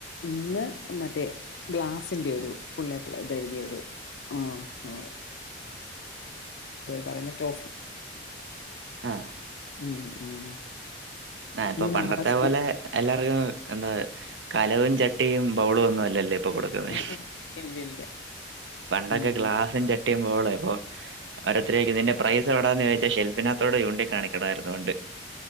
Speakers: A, on the left (about 85°); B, on the right (about 75°).
A: ഇന്ന് മറ്റേ ഗ്ലാസിന്റെ ഒരു ഫുൾ എ പ്ലെ എഴുതിയ ഒരു ആ ആ പറയുന്ന ട്രോഫി
B: ആ
A: ഉം ഉം
B: ഏ ഇപ്പൊ
A: ഇനി
B: പണ്ടത്തെ
A: നാളെ സ്കൂ
B: പോലെ എല്ലാർക്കും ന്താ കലവും ചട്ടിയും ബൗളും ഒന്നും അല്ലല്ലേ കൊടുക്കുന്നേ
A: ഉം ഉം ഇല്ലില്ല
B: പണ്ടൊക്കെ
A: ഉം
B: ഗ്ലാസും ചട്ടിയും ബൌ ഒ അവരത്രെ നിന്റെ പ്രൈസ് എവിടാന്ന് ചോയിച്ച ഷെൽഫിനകത്തോട് ചൂണ്ടി കാണിക്കണായിരുന്നു പണ്ട്